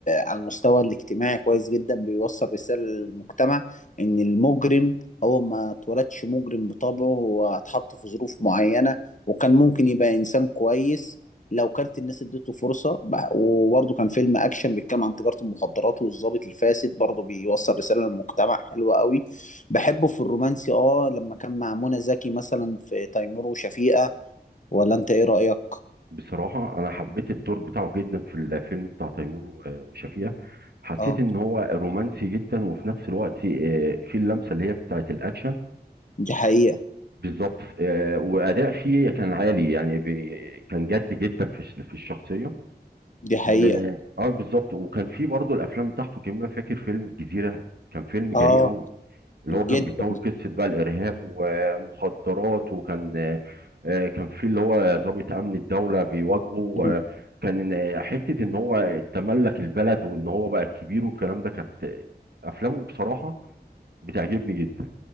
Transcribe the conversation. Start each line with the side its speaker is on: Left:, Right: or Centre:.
Left: على المستوى الاجتماعي كويس جدا بيوصل رسالة للمجتمع إن المجرم هو ما اتولدش مجرم بطبعه هو اتحط في ظروف معينة وكان ممكن يبقى إنسان كويس لو كانت الناس اديته فرصة بح- وبرضه كان فيلم أكشن بيتكلم عن تجارة المخدرات والضابط الفاسد برضه بيوصل رسالة للمجتمع حلوة قوي بحبه في الرومانسي آه لما كان مع منى زكي مثلا في تيمور وشفيقة ولا أنت إيه رأيك؟
Right: بصراحة أنا حبيت الدور بتاعه جدا في الفيلم بتاع تيمور و- وشفيقة حسيت
Left: اه
Right: إن هو رومانسي جدا وفي نفس الوقت آه، في اللمسة اللي هي بتاعت الأكشن
Left: دي حقيقة
Right: بالظبط آه، وأداء فيه كان عالي يعني بي- كان جد جدا في الش- في الشخصية
Left: دي حقيقة
Right: و اه بالظبط وكان في برضه الأفلام بتاعته جميلة فاكر فيلم الجزيرة كان فيلم جريء
Left: اه
Right: قوي اللي
Left: جدا
Right: هو كان بيتناول قصة بقى الإرهاب ومخدرات وكان آه، كان في اللي هو ضابط أمن الدولة بيواجهه
Left: مم.
Right: آه، كان آه، حتة إن هو تملك البلد وإن هو بقى الكبير والكلام ده كانت أفلامه بصراحة بتعجبني جدا